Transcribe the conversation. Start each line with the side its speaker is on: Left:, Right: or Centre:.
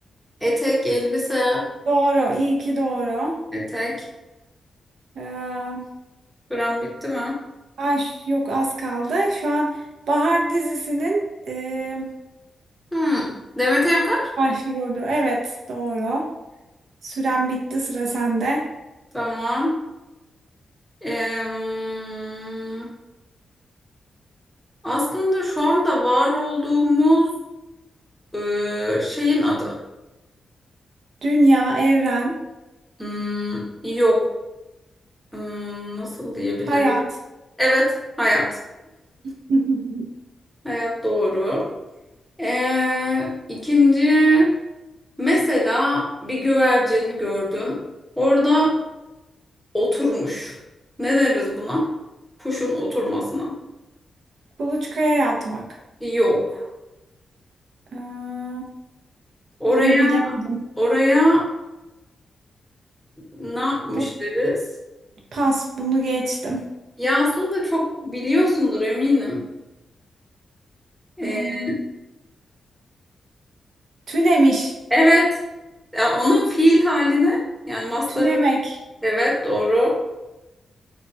Centre: Etek, elbise.
Right: Doğru, iyi ki doğru.
Centre: Etek.
Right: Ee,
Centre: Süren bitti mi?
Right: Ay, yok az kaldı. Şu an Bahar dizisinin e,
Centre: Hı. Demet Evgar.
Right: başrolü. Evet doğru. Süren bitti sıra sende.
Centre: Tamam. Em, Aslında şu anda var olduğumuz e, şeyin adı.
Right: Dünya, evren,
Centre: Hmm, yok. Hmm, nasıl diyebilirim?
Right: hayat.
Centre: Evet, hayat.
Right: <laughs>
Centre: Hayat doğru. Ee, ikinci, mesela bir güvercin gördüm. Orada oturmuş. Ne deriz buna? Kuşun oturmasına.
Right: Kuluçkaya yatmak.
Centre: Yok.
Right: Ee,
Centre: Oraya
Right: bunu bilemedim.
Centre: oraya ne yapmış
Right: Bu
Centre: deriz?
Right: pas bunu geçtim.
Centre: Ya aslında çok biliyorsundur eminim. Ee,
Right: Hmm, tünemiş.
Centre: evet. Ya onun fiil haline yani mastarı
Right: Tünemek.
Centre: evet doğru